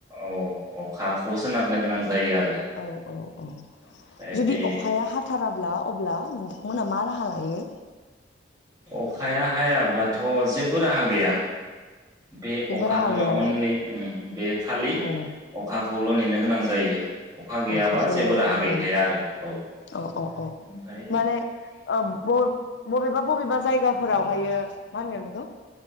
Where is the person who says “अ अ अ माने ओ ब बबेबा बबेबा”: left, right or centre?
Left